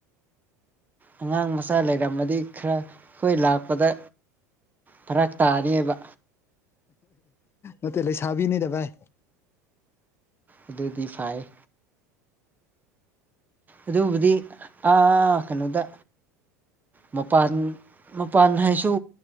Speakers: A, on the right (about 20°); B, on the left (about 25°).
A: ꯑꯉꯥꯡ ꯃꯆꯥ ꯂꯩꯔꯝꯃꯗꯤ ꯈꯔ ꯑꯩꯈꯣꯏ ꯂꯥꯛꯄꯗ ꯐꯔꯛ ꯇꯥꯅꯤꯌꯦꯕ
B: ꯅꯠꯇꯦ ꯂꯩꯁꯥꯕꯤꯅꯤꯗ ꯚꯥꯏ
A: ꯑꯗꯨꯗꯤ ꯐꯩ ꯑꯗꯨꯕꯨꯗꯤ ꯑꯥ ꯀꯩꯅꯣꯗ ꯃꯄꯥꯟ ꯃꯄꯥꯟ ꯍꯥꯏꯁꯨ